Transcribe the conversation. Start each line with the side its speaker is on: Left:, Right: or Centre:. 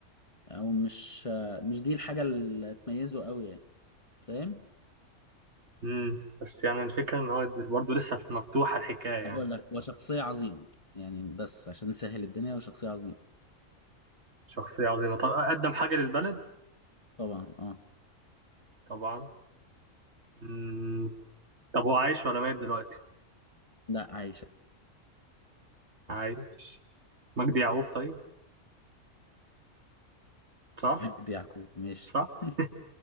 Left: او مش مش دي الحاجة اللي تميزه قوي يعني فاهم
Right: امم بس يعني الفكرة ان هو برضه لسه في- مفتوحة الحكاية يعني
Left: هقول لك هو شخصية عظيمة يعني بس عشان نسهل الدنيا هو شخصية عظيمة
Right: شخصية عظيمة طب قدم حاجة للبلد
Left: طبعا اه
Right: طبعا امم طب هو عايش ولا ميت دلوقتي
Left: لا عايشة
Right: عايش
Left: عادي
Right: مجدي يعقوب طيب صح
Left: مجدي يعقوب ماشي
Right: صح
Left: <laughs>